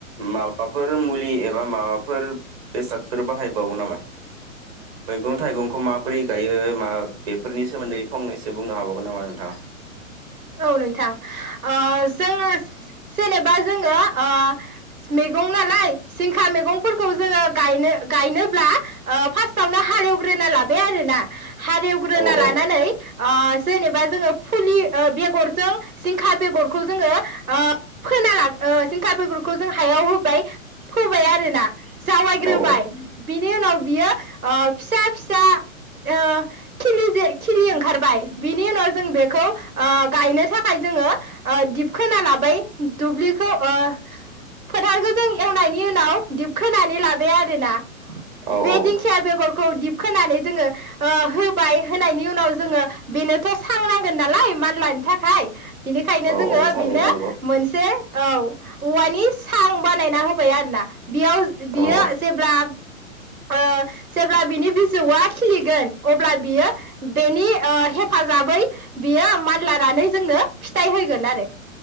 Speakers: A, on the right; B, on the right.
A: माबाफोर मुलि एबा माबाफोर बेसादफोर बाहायबावो नामा मैगं थाइगंखौ माबोरै गायो मा बेफोरनि सोमोन्दै फंनैसो बुंनो हाबावगोन नामा नोंथाङा?
B: औ नोंथां ओ जोङो जेनेबा जोङो अ मैगंनालाय जिंखा मैगंफोरखौ जोङो गायनो गायनोब्ला ओ फास्टआवनो हालेवग्रोना लाबाय आरोना हालेवग्रोना
A: औ
B: लानानै
A: औ
B: अ जेनेबा जोङो फुलि ओ बेगरजों जिंखा बेगरखौ जोङो ओ फोना लागो सिंखा बेगरखौ जों हायाव होबाय फोबाय आरोना जावायग्रोबाय
A: औ
B: बिनि उनाव बियो ओ फिसा फिसा ओ खिलिजे खिलि ओंखारबाय बिनि उनाव जों बेखौ ओ गायनो थाखाय जोङो ओ दिबखोना लाबाय दुब्लिखौ ओ फोथारखौ जों एवनायनि उनाव दिबखोनानै लाबाय आरोना
A: औ
B: बेेदिंखिया
A: औ
B: बेगर दिबखोनानै जोङो ओ होबाय होनायनि उनाव जोङो बेनोथ सांनांगोन नालाय मा लायनो थाखाय बिनिखायनो
A: औ
B: जोङो
A: औ थारैनो
B: बेनो
A: नंगौ
B: मोनसे औ औवानि सां बानायना होबाय आरो ना बेयाव बियो
A: औ
B: जेब्ला ओ जेब्ला बिनि बिजौआ खिलिगोन अब्ला बियो बेनि ओ हेफाजाबै बियो मान लानानै जोंनो फिथाइ होगोन आरो